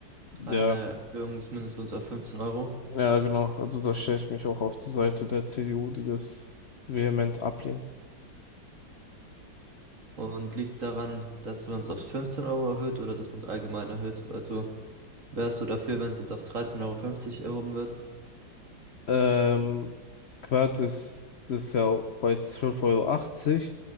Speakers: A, on the left; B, on the right.
A: Ja,
B: eine Erhöhung des Mindestlohns auf 15 Euro.
A: ja, genau. Also da stelle ich mich auch auf die Seite der CDU, die das vehement ablehnt.
B: Und liegt es daran, dass man es auf 15 Euro erhöht oder dass man es allgemein erhöht? Also Wärst du dafür, wenn es jetzt auf 13,50 Euro fünfzig erhoben wird?
A: Ähm, Quad ist das ist ja auch bei zwölf Euro. achtzig.